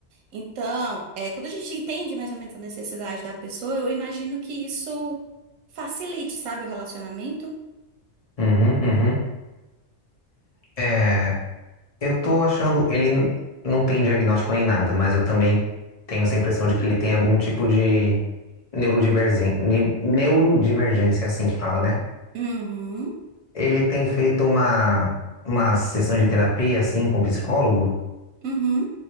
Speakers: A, on the right; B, on the left.
A: Então, é, quando a gente entende mais ou menos a necessidade da pessoa, eu imagino que isso facilite, sabe, o relacionamento.
B: uhum, uhum. É. Eu tô achando, ele n- não tem diagnóstico nem nada, mas eu também tenho essa impressão de que ele tem algum tipo de neurodivergência, neurodivergência, assim que fala, né?
A: Uhum,
B: Ele tem feito uma, umas sessões de terapia, assim, com psicólogo,
A: uhum,